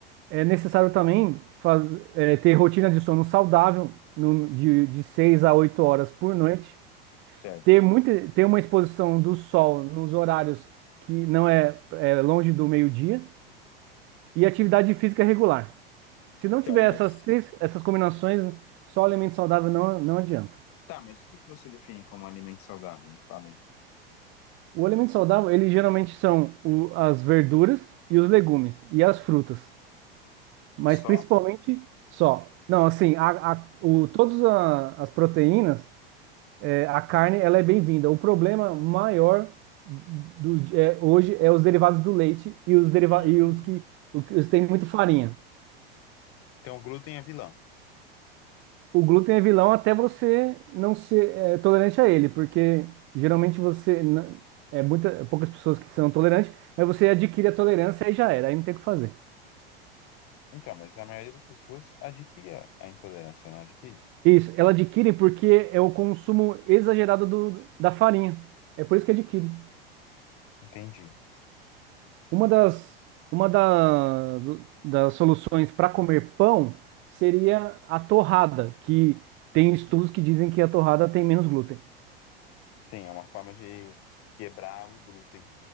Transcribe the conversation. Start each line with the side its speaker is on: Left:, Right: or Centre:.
Right: É necessário também faz, é, ter rotina de sono saudável, no- de, de 6 a 8 horas por noite.
Left: Certo.
Right: Ter, muita, ter uma exposição do sol nos horários que não é é longe do meio-dia. E atividade física regular. Se não
Left: Então,
Right: tiver
Left: mas.
Right: essas três, essas combinações, só o alimento saudável não, não adianta.
Left: Tá, mas o que que você define como alimento saudável? Me Fala aí.
Right: O alimento saudável, ele geralmente são o- as verduras e os legumes e as frutas, mas
Left: Só?
Right: principalmente só. Não, assim, a, a, o, todas a- as proteínas, é, a carne, ela é bem-vinda. O problema maior do, é, hoje é os derivados do leite e os, deriva,
Left: Hum.
Right: e os que, o que- os que têm muito farinha.
Left: Então, o glúten é vilão.
Right: O glúten é vilão até você não ser é, tolerante a ele, porque geralmente você n- é muita, poucas pessoas que são tolerantes, mas você adquire a tolerância e já era, aí não tem o que fazer.
Left: Então, mas a maioria das pessoas adquire a a intolerância, não adquire.
Right: Isso, ela adquire porque é o consumo exagerado do, da farinha. É por isso que adquire.
Left: Entendi.
Right: Uma das, uma da- do- das soluções para comer pão seria a torrada, que tem estudos que dizem que a torrada tem menos glúten.
Left: Sim, é uma forma de quebrar o glúten,